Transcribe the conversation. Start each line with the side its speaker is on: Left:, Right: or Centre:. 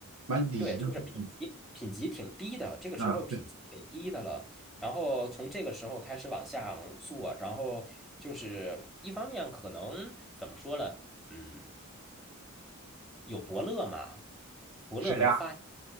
Right: 蛮底级的嘛。
Centre: 对，就是品级品级挺低的，
Right: 嗯
Centre: 这个时候品级挺低的了。
Right: 啊，对，
Centre: 然后从这个时候开始往下做，然后就是一方面可能怎么说呢？嗯，有伯乐嘛，伯乐能发
Right: 谁呀、